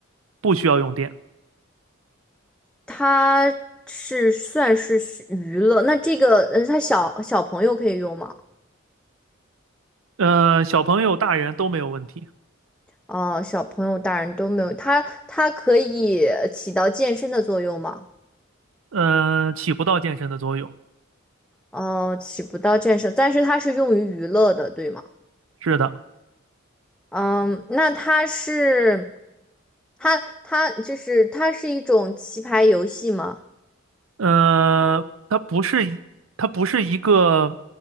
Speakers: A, on the right; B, in the centre.
A: 不需要用电。
B: 它是算是需娱乐，那这个呃，它小小朋友可以用吗？
A: 呃，小朋友、大人都没有问题，
B: 啊、小朋友、大人都没有，它它可以起到健身的作用吗？
A: 呃，起不到健身的作用。
B: 哦、起不到健身，但是它是用于娱乐的，对吗？
A: 是的，
B: 嗯，那它是它它就是它是一种棋牌游戏吗？
A: 呃，它不是一，它不是一个